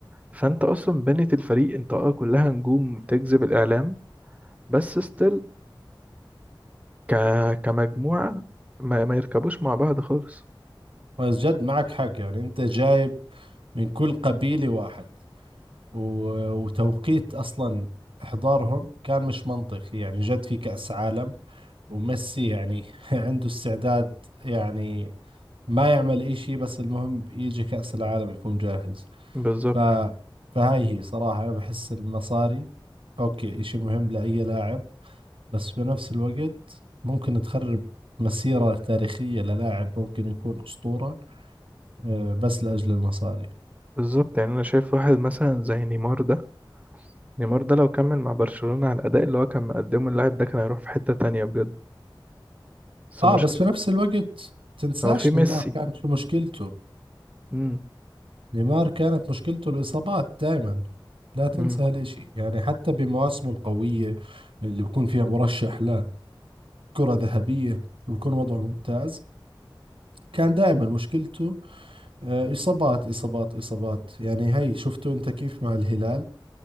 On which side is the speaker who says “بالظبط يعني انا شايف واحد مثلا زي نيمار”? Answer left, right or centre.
Right